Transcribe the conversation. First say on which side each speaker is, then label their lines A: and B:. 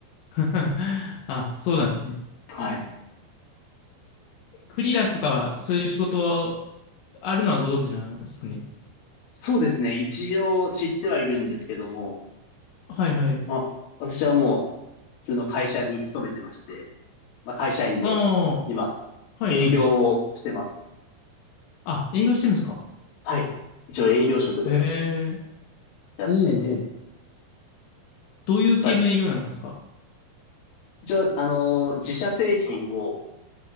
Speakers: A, on the left; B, on the left.
A: <laughs> あ、そうなんですね。
B: はい。
A: フリーランスとかは、そういう仕事はあるのはご存知なんですね。
B: そうですね。一応知ってはいるんですけども、
A: はいはい。
B: あ、私はもう普通の会社に勤めてまして、まあ、会社員で、
A: あ
B: 今、
A: あ、はいはい。
B: 営業をしてます。
A: あ、営業してるんですか。
B: はい。一応営業職で
A: へえ。
B: やってて、
A: おうおう。どういう系の営業なんですか。
B: やっぱり、一応、あのー自社製品を、